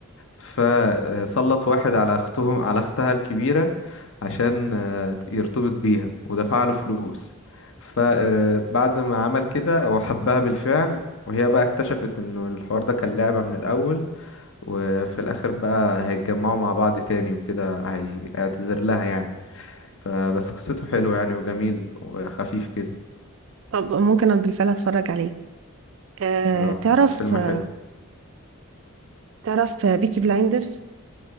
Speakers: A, on the left; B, on the right.
A: فسلط واحد على اختهم على اختها الكبيره عشان آه، يرتبط بيها ودفع له فلوس فبعد ما عمل كده هو حبها بالفعل وهي بقى اكتشفت انه الحوار ده كان لعبة من الاول وفي الاخر بقى هيتجمعوا مع بعض تاني وكده هيعتذر لها يعني فبس قصته حلوة يعني وجميل وخفيف كده
B: طب ممكن انا بالفعل اتفرج عليه آه
A: آه،
B: تعرف
A: آه، فيلم
B: آه
A: حلو
B: تعرف بيكي بلايندرز